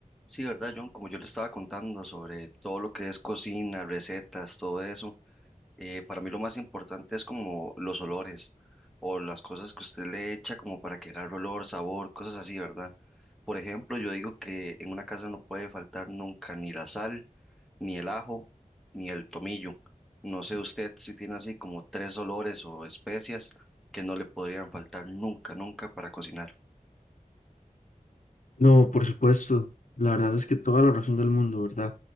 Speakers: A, in the centre; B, on the left (about 60°).
A: Sí, ¿verdad, John? Como yo le estaba contando sobre todo lo que es cocina, recetas, todo eso, eh, para mí lo más importante es como los olores o las cosas que usted le echa como para que agarre olor, sabor, cosas así, ¿verdad? Por ejemplo, yo digo que en una casa no puede faltar nunca ni la sal, ni el ajo, ni el tomillo. No sé usted si tiene así como tres olores o especias que no le podrían faltar nunca, nunca para cocinar.
B: No, por supuesto. La verdad es que toda la razón del mundo, ¿verdad?